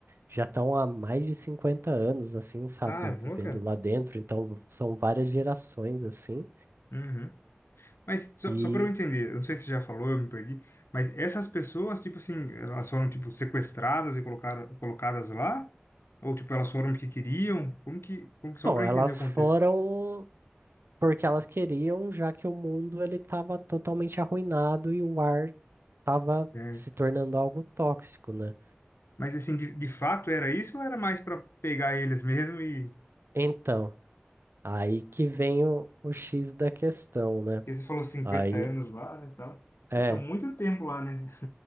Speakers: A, on the right; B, on the left.
A: já estão há mais de 50 anos, assim, sabe,
B: Caramba,
A: vivendo
B: cara.
A: lá dentro, então são várias gerações, assim,
B: Uhum. Mas só,
A: e,
B: só para eu entender, eu não sei se você já falou, eu me perdi, mas essas pessoas, tipo assim, elas foram tipo sequestradas e colocaram, colocadas lá? Ou tipo, elas foram porque queriam? Como que, como que só
A: bom,
B: para
A: elas
B: eu entender o contexto?
A: foram porque elas queriam, já que o mundo ele estava totalmente arruinado e o ar estava
B: É.
A: se tornando algo tóxico, né?
B: Mas assim, de, de fato era isso ou era mais para pegar eles mesmo e
A: Então, aí que vem o, o X da questão, né?
B: porque você falou 50
A: Aí,
B: anos lá, né, então, então
A: é,
B: tá muito tempo lá, né?